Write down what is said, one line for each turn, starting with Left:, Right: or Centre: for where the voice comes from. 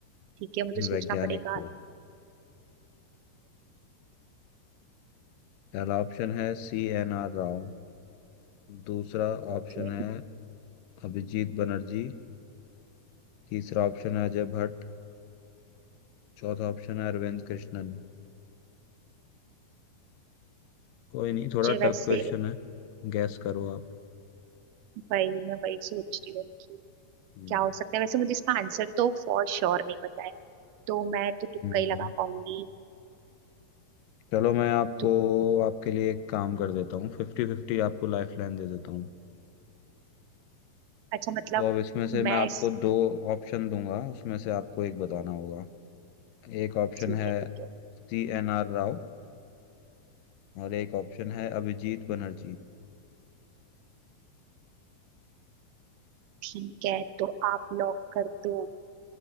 Right: ठीक है मुझे सोचना
Left: वैज्ञानिक
Right: पड़ेगा
Left: को पहला ऑप्शन है सी एन आर राव दूसरा
Right: ओके
Left: ऑप्शन है अभिजीत बनर्जी तीसरा ऑप्शन है अजय भट्ट चौथा ऑप्शन है अरविंद कृष्णन कोई
Right: मुझे
Left: नहीं थोड़ा टफ
Right: वैसे
Left: क्वेश्चन है गैस करो आप
Right: वही मैं वही सोच रही हूँ कि
Left: हम्म
Right: क्या हो सकता है वैसे मुझे इसका आंसर तो फॉर श्योर नहीं पता है तो मैं तो तुक्का
Left: हम्म
Right: ही लगा पाऊंगी
Left: चलो मैं आपको
Right: तो
Left: आपके लिए एक काम कर देता हूँ फिफ्टी फिफ्टी आपको लाइफ लाइन दे देता हूँ
Right: अच्छा मतलब
Left: तो अब इसमें से मैं
Right: मैं
Left: आपको
Right: इस-
Left: दो ऑप्शन दूंगा उसमें से आपको एक बताना होगा एक ऑप्शन
Right: ठीक
Left: है
Right: है ठीक है
Left: सी एन आर राव और एक ऑप्शन है अभिजीत बनर्जी
Right: ठीक है तो आप लॉक कर दो